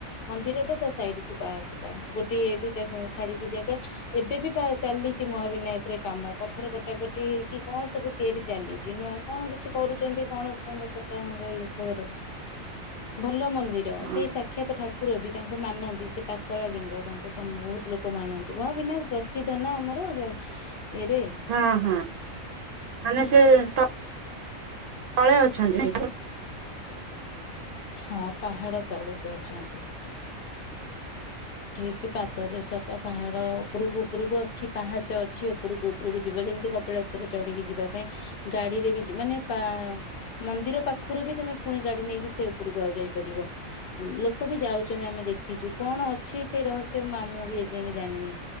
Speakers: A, on the left; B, on the right.
A: ମନ୍ଦିର ଟା ତା ସାଇଡ ପାର୍କ ଟା ଗୋଟେ ଦିଟା ଛାଡିକି ଜାଗା ଏବେ ବି ପ୍ରାୟ ଚାଲିଛି ମହାବିନାୟକରେ କାମ ପଥର କଟାକଟି ହେଇକି କଣ ସବୁ ତିଆରି ଚାଲିଛି ନୂଆ କଣ କିଛି କରୁଛନ୍ତି କଣ <unintelligible> ଏଇ ହିସାବରେ ଭଲ ମନ୍ଦ ନ୍ଦିର
B: ହଁ
A: ସେଇ ସାକ୍ଷାତ ଠାକୁର ବି ତାଙ୍କୁ ମାନନ୍ତି ସେ ପାତାଳ ଲିଙ୍ଗ ତାଙ୍କୁ ସମ୍ ବହୁତ ଲୋକ ମାନନ୍ତି। ମହାବିନାୟକ ପ୍ରସିଦ୍ଧ ନା ଆମର ଯା ଏରେ।
B: ହଁ ହଁ ମାନେ ସେ ତଳେ ଅଛନ୍ତି।
A: ହଁ ପାହାଡ ତଳକୁ ଅଛନ୍ତି। ଠିକ ପାଦ ଦେଶପା ପାହାଡ଼ ଉପରକୁ ଉପରକୁ ଅଛି ପାହାଚ ଅଛି ଉପରକୁ ଉପରକୁ ଯିବ ଯେମିତି କପିଳାଶରରେ ଚଢିକି ଯିବା ପାଇଁ ଗାଡିରେ ବି ଯିବ ମାନେ ପା ମନ୍ଦିର ପାଖରୁ ବି ତମେ ପୁଣି ଗାଡି ନେଇକି ସେ ଉପରକୁ ଆଉ ଯାଇପାରିବ। ଲୋକ ବି ଯାଉଛନ୍ତି ଆମେ ଦେଖିଛୁ କଣ ଅ ଅଛି ସେଇ ରହସ୍ୟ ମା ମୁଁ ବି ଏଯାଏ ଜାଣିନି